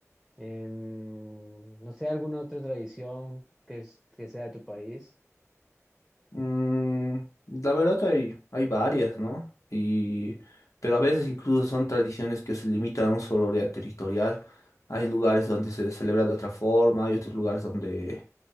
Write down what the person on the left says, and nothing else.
Mm, la verdad hay, hay varias, ¿no? Y, pero a veces incluso son tradiciones que se limitan a un solo área territorial. Hay lugares donde se celebra de otra forma, hay otros lugares donde